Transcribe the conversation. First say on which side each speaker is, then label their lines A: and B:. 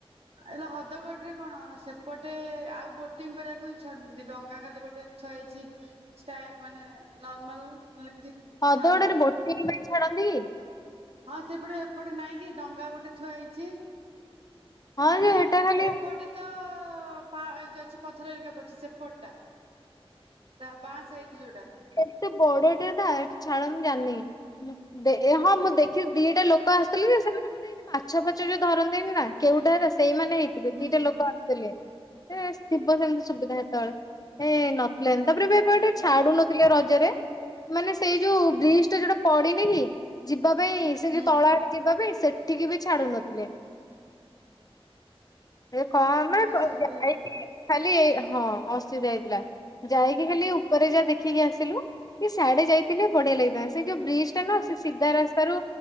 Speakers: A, on the right; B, on the left.
A: ଏଲା ହଦଗଡ ରେ କଣ ସେପଟେ ଆଉ ବୋଟିଂ କରିବାକୁ ବି ଛନ୍ତି ଡଙ୍ଗା ଖାଲି ଗୋଟେ ଯଇଚି ଷ୍ଟା ଏ ମାନେ ନର୍ମାଲ <inaudible>
B: ହଦଗଡରେ
A: ଛାଡୁନାହାନ୍ତି
B: ବୋଟିଂ ପାଇଁ ଛାଡନ୍ତି?
A: ହଁ ସେପଟେ ଏପଟେ ନାଇଁ କି ଡଙ୍ଗା ଗୋଟେ ଥୁଆ ହେଇଚି।
B: ହଁ
A: ମାନେ
B: ଯେ ହେଟା ଖାଲି
A: ଏପଟେ ତ ପା ହେଇ ଯାଅଛି ପଥର ହେରିକା ପଡିଛି ସେପଟ ଟା? ତା ବାଆଁ ସାଇଟ୍ ଯୋଉଟା।
B: ଏତେ ବଡଟେ ନା ଏ ଛାଡ ମୁ ଜାଣିନି। ଦେ ଏ ହଁ ମୁଁ ଦେଖି ଦିଟା ଲୋକ ଆସିଥିଲେ ଯେ ସେମାନେ ବୋଧେ ମାଛ ଫଛ ଯୋଉ ଧରନ୍ତିନି ନା କେଉଟା ହେରା ସେଇମାନେ ହେଇଥିବେ
A: ହୁଁ
B: ଦିଇଟା ଲୋକ ଥିଲେ ସେ ଥିବ ସେମିତି ସୁବିଧା ହେତେବେଳେ ଏ ନଥିଲେ ଏ ତାପରେ ଏବେ ଗୋଟେ ଛାଡୁ ନଥିଲେ ରଜରେ। ମାନେ ସେଇ ଯୋଉ ବ୍ରିଜ ଟା ଯୋଉଟା ପଡିନି କି ଯିବା ପାଇଁ ସେ ଯଉ
A: ହୁଁ
B: ତଳେ ଆଡ଼େ ଯିବା ପାଇଁ ସେଠିକି ବି ଛାଡୁ ନଥିଲେ। ଏ କଣ ନା
A: ଅସୁବିଧା
B: କ ଯାଇକି
A: ହେଇଥିବ
B: ଖାଲି ଏ ହଁ ଅସୁଧା ହେଇଥିଲା ଯାଇକି ଖାଲି ଉ ଉପରେ ଯା ଦେଖିକି ଆସିଲୁ କି ସ୍ୟାଡେ ଯାଇଥିଲେ ବଢିଆ ଲାଗିଥାଏ ସେ ଯୋଉ ବ୍ରିଜ ଟା ନା ସେ ସିଧା ରାସ୍ତାରୁ